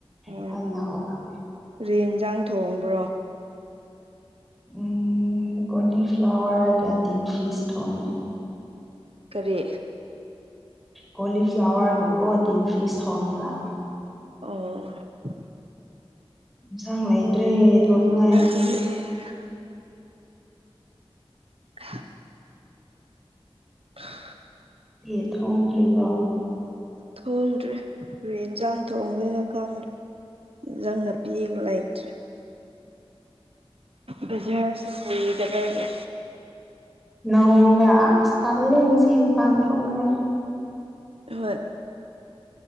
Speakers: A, on the right; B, in the centre.
A: ꯑꯣ
B: ꯉꯟꯅ ꯍꯧꯒꯠ
A: ꯀ꯭ꯔꯤ ꯍꯦꯟꯖꯥꯡ ꯊꯣꯡꯕ꯭ꯔꯣ
B: ꯎꯝ ꯀꯣꯂꯤꯐ꯭ꯂꯥꯋꯔꯒ ꯇꯤꯟ ꯐꯤꯁ ꯊꯣꯡꯉꯦ
A: ꯀꯔꯤ
B: ꯀꯣꯂꯤ ꯐ꯭ꯂꯥꯋꯔꯒ ꯀꯣ ꯇꯤꯟ ꯐꯤꯁ ꯊꯣꯡꯉꯦꯕ
A: ꯑꯣ
B: ꯏꯟꯁꯥꯡ ꯂꯩꯇ꯭ꯔꯦ ꯊꯣꯡꯅꯤꯡꯉꯥꯏ
A: <unintelligible> <inaudible> <unintelligible>
B: ꯀꯔꯤ ꯊꯣꯡꯗ꯭ꯔꯤꯕꯣ
A: ꯊꯣꯡꯗ꯭ꯔꯤ ꯔꯦ ꯍꯦꯟꯁꯥꯡ ꯊꯣꯡꯗꯣꯏꯅꯣ ꯈꯪꯗ꯭ꯔꯦ ꯅꯪꯅ ꯄꯤꯕ ꯂꯩꯇ꯭ꯔꯦ ꯕꯖꯥꯔꯁꯨ ꯀꯣꯏꯗꯕꯒꯤ
B: ꯅꯣꯡꯂꯥ ꯑꯁ ꯇꯜꯂꯦ ꯉꯁꯤ ꯃꯄꯥꯟ ꯊꯣꯛꯂꯔꯣꯏ
A: ꯍꯣꯏ